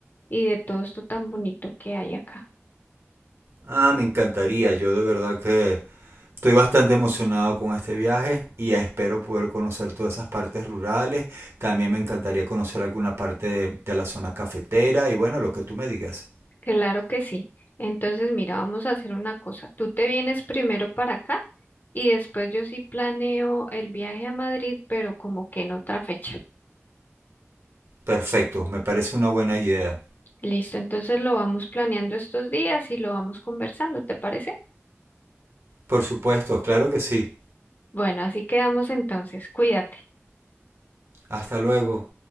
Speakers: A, on the left; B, on the right.
A: y de todo esto tan bonito que hay acá.
B: Ah, me encantaría. Yo de verdad que Estoy bastante emocionado con este viaje y espero poder conocer todas esas partes rurales. También me encantaría conocer alguna parte de, de la zona cafetera y bueno, lo que tú me digas.
A: Claro que sí. Entonces, mira, vamos a hacer una cosa. Tú te vienes primero para acá y después yo sí planeo el viaje a Madrid, pero como que en otra fecha.
B: Perfecto, me parece una buena idea.
A: Listo, entonces lo vamos planeando estos días y lo vamos conversando, ¿te parece?
B: Por supuesto, claro que sí.
A: Bueno, así quedamos entonces. Cuídate.
B: Hasta luego.